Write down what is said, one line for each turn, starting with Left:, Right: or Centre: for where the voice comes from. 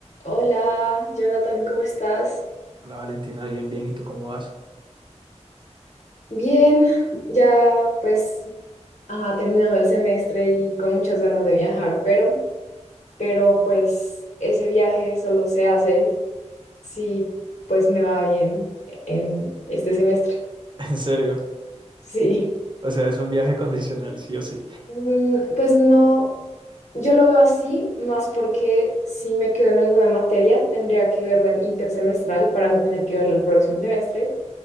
Left: Hola, Jonathan, ¿cómo estás?
Right: Hola Valentina, bien, bien. ¿Y tú cómo vas?
Left: Bien, ya pues ajá, terminado el semestre y con muchas ganas de viajar, pero, pero pues ese viaje solo se hace si pues me va bien en este semestre.
Right: <laughs> En serio.
Left: Sí.
Right: O sea, es un viaje condicional, sí o sí.
Left: Mm, Pues no, yo lo veo así, más porque si me quedo en alguna materia, tendría que verla en intersemestral para no tener que verla el próximo semestre.